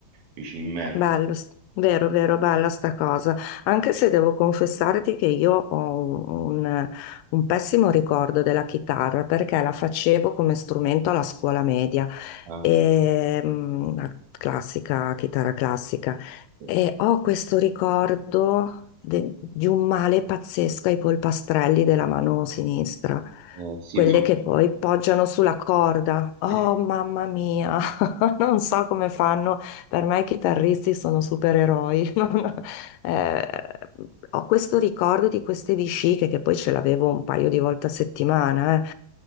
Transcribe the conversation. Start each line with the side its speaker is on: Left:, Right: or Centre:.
Right: mi ci immergo.
Left: Bello, s- vero, vero, bella sta cosa. Anche se devo confessarti che io ho un, un pessimo ricordo della chitarra perché la facevo come strumento alla scuola media,
Right: Ah,
Left: e, mm, la classica, chitarra classica.
Right: sì.
Left: E ho questo ricordo de- di un male pazzesco ai polpastrelli della mano sinistra,
Right: eh, sì,
Left: quelle che poi poggiano sulla corda. Oh,
Right: ma...
Left: mamma mia, <laughs> non so come fanno per me i chitarristi sono supereroi. <laughs> non- eh, ho questo ricordo di queste vesciche che poi ce l'avevo un paio di volte a settimana, eh.